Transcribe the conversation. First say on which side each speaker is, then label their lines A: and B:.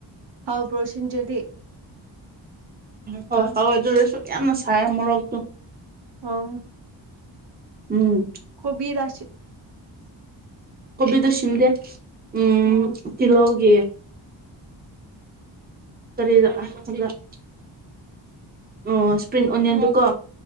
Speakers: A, on the right; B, on the right.
A: ꯍꯥꯎꯄ꯭ꯔꯣ ꯁꯤꯟꯖꯨꯗꯤ
B: ꯍꯣꯏ ꯍꯧꯎꯏ ꯑꯗꯨꯔꯁꯨ ꯌꯥꯝꯅ ꯁꯥꯏ ꯃꯣꯔꯣꯛꯇꯨ
A: ꯑꯣ
B: ꯎꯝ
A: ꯀꯨꯕꯤꯔ
B: ꯀꯣꯕꯤꯗ ꯁꯤꯟꯗꯦ ꯎꯝ
A: ꯑꯣ
B: ꯀꯤꯂꯣꯒꯤ ꯇꯔꯦꯔ <inaudible> ꯑꯣ ꯏꯁꯄ꯭ꯔꯤꯡ ꯑꯣꯅꯤꯌꯟꯗꯨꯀꯣ